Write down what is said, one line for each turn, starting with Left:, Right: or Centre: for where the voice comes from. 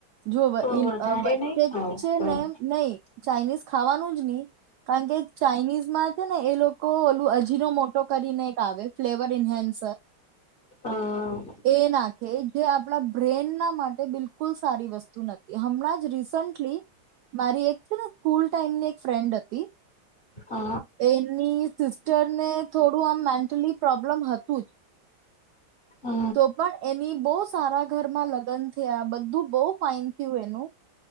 Right: જો વચ્ચે
Left: તો વધારે નહી
Right: જ
Left: ખાઉં
Right: છે
Left: પણ
Right: ને એમ નહી. ચાઇનીઝ ખા ખાવાનું જ નહી, કારણ કે ચાાઈનીઝ માં છે ને એ લોકો ઓલું અજીરો મોટો કરીને આવે. ફ્લેવર નન
Left: હા.
Right: એ નાખે જે આપણા બ્રેન બિલકુલ સારી વસ્તુ નથી હમણાં જ રિસનટલી, મારી એક છે ને સ્કૂલ એમની એક ફ્રેન્ડ હતી.
Left: અ અ
Right: એની સિસ્ટરને થોડું આમ મેન્ટલી પ્રોબ્લમ હતું જ.
Left: અ
Right: તો પણ એની બહ સારા ઘરમાં લગ્ન થયા બધું બહુ ફાઇન થયું એનું.